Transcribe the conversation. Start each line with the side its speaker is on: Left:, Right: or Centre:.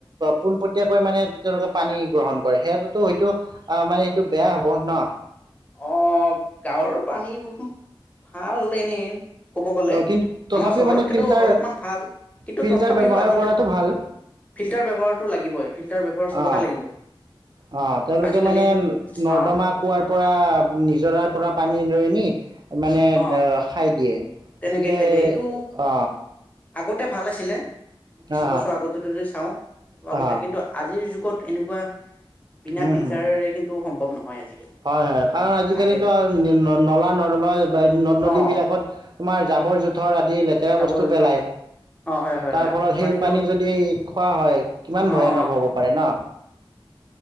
Right: পোনপটীয়াকৈ মানে তেওঁলোকে পানী গ্ৰহণ কৰে সেইয়াটোতো হয়তো অ মানে সেইটো বেয়া হ'ব ন
Left: অ গাঁৱৰ পানীবোৰ ভাল এনেই ক'ব গ'লে
Right: অ, কিন্তু তথাপিও
Left: আমাৰ চহৰতকেতো
Right: মানে ফিল্টাৰ
Left: অলপমান ভাল কিন্তু
Right: ফিল্টাৰ
Left: তথাপিও
Right: ব্যৱহাৰ
Left: আজিকালি
Right: কৰাটো ভাল
Left: ফিল্টাৰ ব্যৱহাৰতটো লাগিবই ফিল্টাৰ ব্যৱহাৰ চবতে
Right: অ
Left: লাগিব
Right: অ তেওঁলোকে
Left: আজিকালি
Right: মানে নৰ্দমা
Left: অ
Right: কুৱাৰ পৰা নিজৰাৰ পৰা পানী লৈ আনি মানে
Left: অ
Right: খাই দিয়ে
Left: তেনেকে
Right: গতিকে
Left: খাই দিয়ে এইটো
Right: অ
Left: আগতে ভাল আছিলে কিছু
Right: অ
Left: বছৰ আগতে যদি চাও এইটো আগতে
Right: অ
Left: কিন্তু আজিৰ যুগত এনেকুৱা বিনা
Right: উম
Left: ফিল্টাৰেৰে
Right: হম
Left: কিন্তু সম্ভৱ নহয় আজিকালি
Right: হয় হয় কাৰণ আজিকালিতো
Left: তাকেই
Right: নলা-নৰ্দমা নদ-নদী
Left: অ
Right: বিলাকত তোমাৰ জাবৰ জোথৰ লেতেৰা
Left: জাবৰ
Right: বস্তু
Left: জোথৰ
Right: পেলাই
Left: অ হয় হয়
Right: তাৰ
Left: হয়
Right: ফলত
Left: পানীটো
Right: সেই পানী যদি খোৱা হয় কিমান
Left: অ
Right: ভয়ানক
Left: অ
Right: হ'ব পাৰে ন